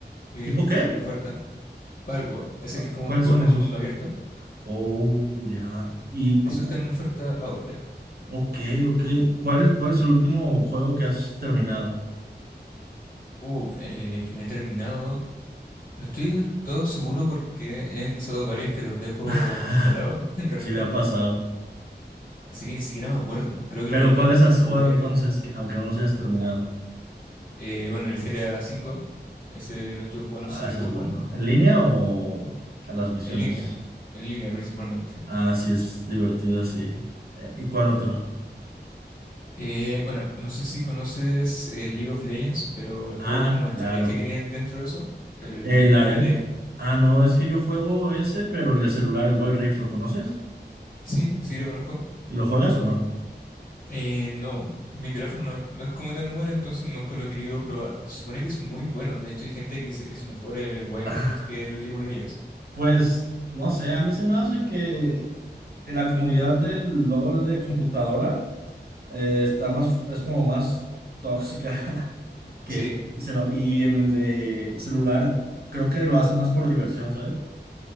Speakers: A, on the left; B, on the right.
A: que,
B: ¿Tipo
A: que
B: qué?
A: están en oferta. Palworld, ese
B: ¿Cu-
A: que es como
B: ¿Cuáles
A: un Pokémon
B: son esos?
A: mundo abierto,
B: Oh, ya. Y, cu-
A: eso
B: cu-
A: está en oferta ahora.
B: ok, ok. ¿Cuál es, cuál es el último juego que has terminado?
A: Uh, eh, que me he terminado. No estoy del todo seguro porque he empezado varios que los dejo
B: <laughs>
A: de lado, <laughs> en realidad.
B: Sí, me ha pasado.
A: Así que ni siquiera me acuerdo. Creo que
B: Pero
A: los últimos
B: ¿cuáles
A: que
B: has
A: jugué,
B: jugado entonces, que- aunque no los hayas terminado?
A: eh, bueno, el GTA cinco ese lo estuve jugando
B: Ah,
A: hace
B: ese
A: poco,
B: es bueno. ¿En línea o a las misiones?
A: en línea, en línea principalmente.
B: Ah, sí, es divertido, sí. Eh, ¿Y cuál otro?
A: Eh, bueno, no sé si conoces eh, League of Legends, pero el juego
B: Ah,
A: como de estrategia
B: claro.
A: que tienen dentro de eso, el
B: El
A: TFT,
B: arena Ah, no, es que yo juego ese, pero el de celular, el Wild Rift, ¿lo conoces?
A: sí, sí lo conozco.
B: ¿Y lo juegas o no?
A: Eh, no, mi teléfono no, es no es como tan bueno, entonces nunca lo he querido probar. Se supone que es muy bueno. De hecho, hay gente que dice que es mejor el Wild
B: Ah,
A: Rift que el League of Legends.
B: pues, no sé, a mí se me hace que en la comunidad del LOL de computadora eh, está más, es como más tóxica <laughs> que
A: Sí,
B: se lo- y en el de celular creo que lo hacen más por diversión, ¿sabes?